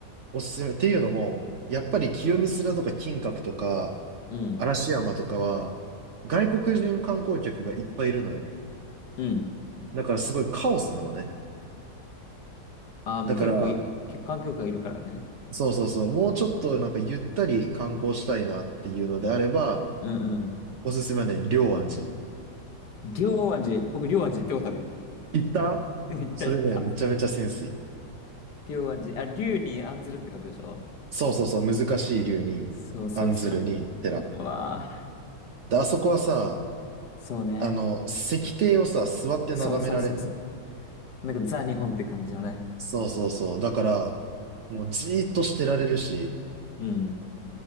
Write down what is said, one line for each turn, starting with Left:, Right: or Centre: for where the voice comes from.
Right: おすすめっていうのも、やっぱり清水寺とか金閣とか、
Left: うん、
Right: 嵐山とかは、外国人観光客がいっぱいいるのよ。
Left: うん。
Right: だからすごいカオスなのね。
Left: ああ、もう結構い、
Right: だから、
Left: 結構観光客がいるからね。
Right: そうそうそう、もうちょっとなんかゆったり観光したいなっていうのであれば、
Left: うん、うん。
Right: おすすめはね、龍安寺。
Left: 龍安寺、僕龍安寺行ったことあるよ。
Right: 行った
Left: <laughs> うん行った行った。
Right: それね、めちゃめちゃセンスいい。
Left: 龍安寺、あ、龍に安ずるって書くでしょ
Right: そうそうそう、難しい龍に、
Left: そうそうそう、
Right: 案ずるに、
Left: い、
Right: 寺。
Left: 行ったわ。
Right: で、あそこはさ、
Left: そうね。
Right: あの、石庭をさ、座って眺められんのよ。
Left: そうそうそうそう。なんかザ日本って感じのね。
Right: そうそうそう。だから、もうじーっとしてられるし、
Left: うん。